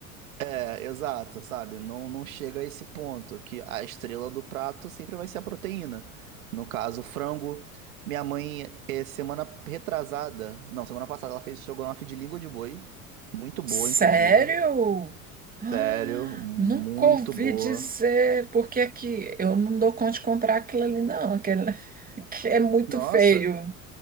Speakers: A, on the right; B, on the right.
A: é, exato, sabe? Não, não chega a esse ponto, que a estrela do prato sempre vai ser a proteína. No caso, o frango. Minha mãe, é, semana retrasada, não, semana passada, ela fez estrogonofe de língua de boi. Muito boa,
B: Sério?
A: inclusive. Sério,
B: Ah,
A: muito
B: Nunca ouvi
A: boa.
B: dizer, porque é que eu não dou conta de comprar aquilo ali, não, aquele <laughs> que é muito
A: Nossa.
B: feio.